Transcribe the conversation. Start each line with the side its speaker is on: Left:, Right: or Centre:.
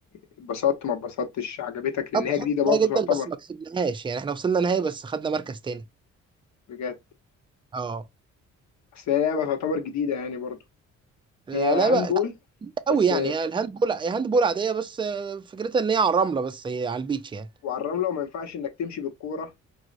Left: اتبسطت ما اتبسطتش عجبتك لأن
Right: خدت
Left: هي
Right: خط
Left: جديدة برضو
Right: كويس جدا
Left: تعتبر
Right: بس ما كسبناهاش يعني احنا وصلنا نهائي بس خدنا مركز تاني
Left: بجد
Right: اه
Left: بس هي لعبة تعتبر جديدة يعني برضو
Right: لا
Left: هي هاند
Right: لا بقى
Left: بول
Right: لا
Left: بس
Right: قوي يعني هي الهاند بول هي هاند بول عاديه بس آه، فكرتها ان هي على الرمله بس هي على البيتش يعني
Left: وعلى الرملة وما ينفعش إنك تمشي بالكورة